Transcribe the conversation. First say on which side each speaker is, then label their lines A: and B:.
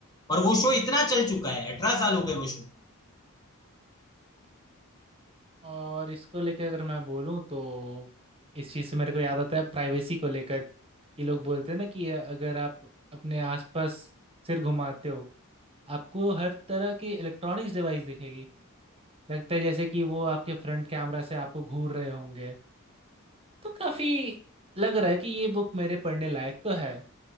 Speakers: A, on the left; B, on the right.
A: और वो शो इतना चल चुका है अठारह साल हो गए वो शो को
B: और इसको लेकर अगर मैं बोलूँ तो इस चीज़ से मेरे को याद आता है प्राइवेसी को लेकर ये लोग बोलते हैं ना कि अगर आप अपने आसपास सिर घुमाते हो आपको हर तरह की इलेक्ट्रॉनिक्स डिवाइस दिखेगी लगता है जैसे कि वो आपके फ्रंट कैमरा से आपको घूर रहे होंगे तो काफ़ी लग रहा है कि ये बुक मेरे पढ़ने लायक तो है